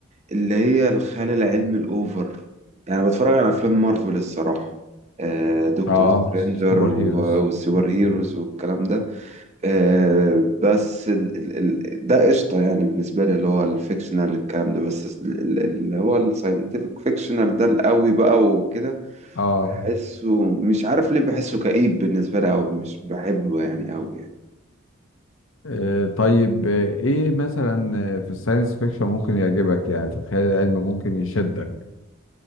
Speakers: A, on the right; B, on the left.
A: اللي هي الخيال العلمي الأوفر يعني بتفرج على أفلام مارفل الصراحة آه، دكتور
B: آه
A: سترينجر
B: سوبر
A: و-
B: هيروز
A: والسوبر
B: مم.
A: هيروز والكلام ده آه، بس ال ال ال ده قشطة يعني بالنسبة لي اللي هو الفيكشنال الكلام ده بس ال- ال- اللي هو الساينتفك فيكشنال ده القوي بقى وكده
B: آه
A: بحسه مش عارف ليه بحسه كئيب بالنسبة لي أو مش بحبه يعني أوي يعني
B: آه، طيب آه، إيه مثلا آه، في الساينس فيكشن ممكن يعجبك يعني في الخيال العلمي ممكن يشدك